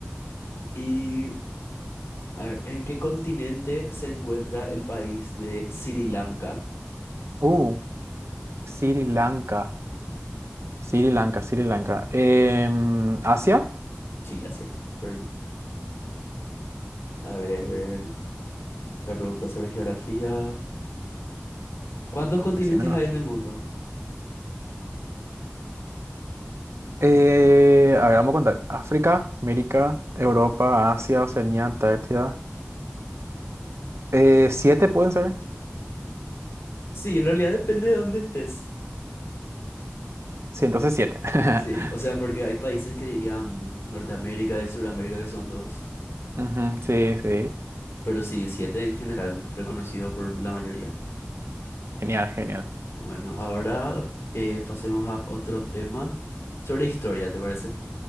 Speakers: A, on the left; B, on the right.
A: Y A ver, ¿en qué continente se encuentra el país de Sri Lanka?
B: Uh, Sri Lanka, Sri Lanka, Sri Lanka. Em, Asia.
A: Sí, Asia. Súper bien. A ver, otra pregunta sobre geografía. ¿Cuántos continentes
B: Decime nomás.
A: hay en el mundo?
B: Eh, a ver, vamos a contar. África, América, Europa, Asia, Oceanía, Antártida. Eh, ¿siete pueden ser?
A: Sí, en realidad depende de dónde estés.
B: Sí, entonces siete. <laughs>
A: Sí, <laughs> o sea, porque hay países que dirían Norteamérica y Sudamérica que son dos,
B: Ujú, sí, sí.
A: pero sí, siete en general, reconocido por la mayoría.
B: Genial, genial.
A: Bueno, ahora eh, pasemos a otro tema sobre historia, ¿te parece?